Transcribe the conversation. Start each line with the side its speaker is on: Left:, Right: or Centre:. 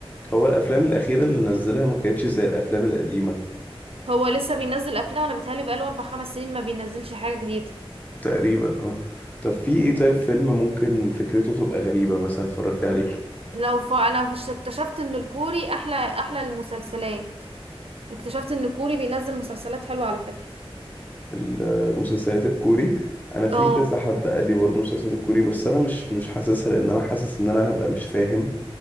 Left: هو الافلام الاخيرة اللي نزلها ما كانتش زي الافلام القديمة
Right: هو لسه بينزل افلام انا بتهيألي بقاله اربع خمس سنين ما بينزلش حاجة جديدة
Left: تقريبا اه طب في ايه طيب فيلم ممكن فكرته تبقى غريبة مثلا اتفرجت عليه
Right: لو ف... انا فش- اكتشفت ان الكوري احلى احلى المسلسلات اكتشفت ان الكوري بينزل مسلسلات حلوة على فكرة
Left: المسلسلات الكوري انا في
Right: اه
Left: كذا حد قال لي برضه مسلسلات الكوري بس انا مش مش حاسسها لان انا حاسس ان انا هبقى مش فاهم